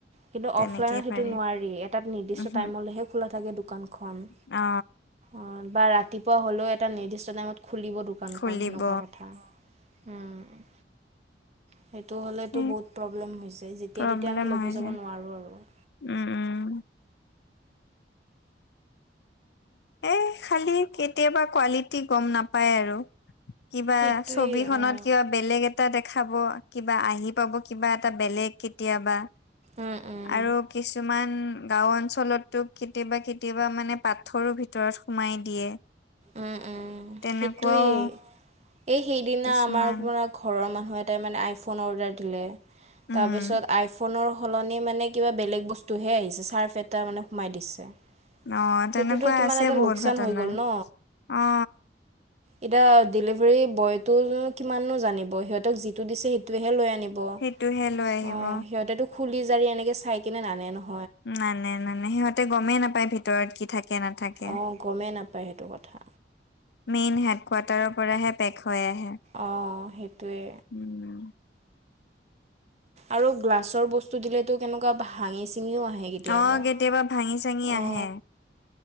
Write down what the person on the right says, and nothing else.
কিন্তু
অফলাইনত সেইটো
নোৱাৰি এটা নিৰ্দিষ্ট
টাইমলৈহে খোলা থাকে দো দোকানখন
অ বা ৰাতিপুৱা হ'লেও এটা নিৰ্দিষ্ট টাইমত খুলিব দো কানখন
সেনেকুৱা কথা উম সেইটো হ'লেতো
বহুত প্ৰব্লেম হৈ যায় যেতিয়াই
তেতিয়া আমি ল'ব
যাব
নোৱাৰোঁ আৰু,
সেইটোৱেই
অঁ।
উম উম
উম উম
সেইটোৱেই। এই সেইদিনা
আমাৰ পৰা ঘৰৰ মানুহে এটাই মানে আইফোন অৰ্ডাৰ দিলে
তাৰপিছত আইফোনৰ সলনি মানে কিবা বেলেগ বস্তুহে আহিছে চাৰ্ফ এটা মানে সোমাই দিছে।
সেইটোতো
কিমান
এটা
লোকচান
হৈ গ'ল ন।
এতিয়া ডেলিভাৰী বয়টো কিমাননো জানিব সিহঁতক যিটো দিছে সেইটোৱেহে লৈ আনি ব অ
সিহঁতেটো খুলি জাৰি এনেকে চাই কিনে নানে নহ।
অ গমেই নাপায় সেইটো কথা
অঁ সেইটোৱে
আৰু গ্লাছৰ বস্তু দিলেটো কেনেকুৱা ভাঙি চিঙিও আহে কেতিয়াবা
অ